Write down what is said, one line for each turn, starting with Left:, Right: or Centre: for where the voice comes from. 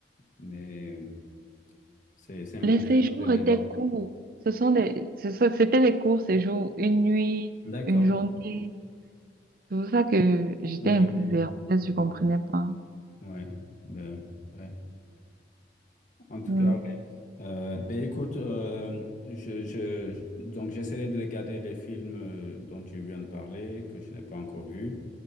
Left: Mais c'est c'est un
Right: Les
Left: bon
Right: séjours
Left: sujet de débat.
Right: étaient courts. Ce sont des, ce sont- c'était des courts séjours, une nuit,
Left: D'accord.
Right: une journée. C'est pour ça que j'étais
Left: Oui,
Right: un peu
Left: oui.
Right: perplexe, je comprenais
Left: Oui,
Right: pas.
Left: oui. Ben, ouais. En tout
Right: Non.
Left: cas, ouais. Euh, ben écoute, euh, je, je, je- donc j'essaierai de regarder les films euh, dont tu viens de parler, que je n'ai pas encore vus.